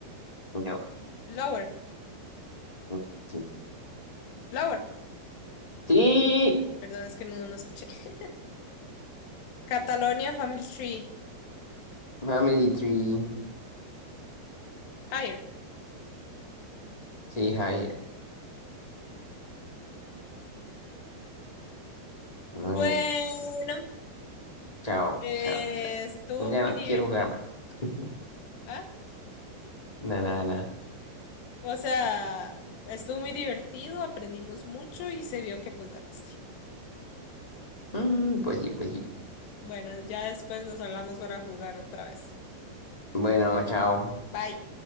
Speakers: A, on the left; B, on the left.
A: uno.
B: Lower,
A: mm, Sí.
B: lower.
A: Sí,
B: Perdón, es que no, no escuché. <laughs> Catalonia Family Tree.
A: Family Tree.
B: Higher.
A: Sí, Javier. Ay,
B: Bueno.
A: no. Chao,
B: Eh,
A: chao, chao.
B: estuvo
A: Ya
B: muy
A: no
B: divertido.
A: quiero jugar más. <laughs>
B: ¿Ah?
A: Na, na, na.
B: O sea, estuvo muy divertido, aprendimos mucho y se vio que pues ganaste.
A: Mm, pues sí, pues sí.
B: Bueno, ya después nos hablamos para jugar otra vez.
A: Bueno, chao.
B: Bye.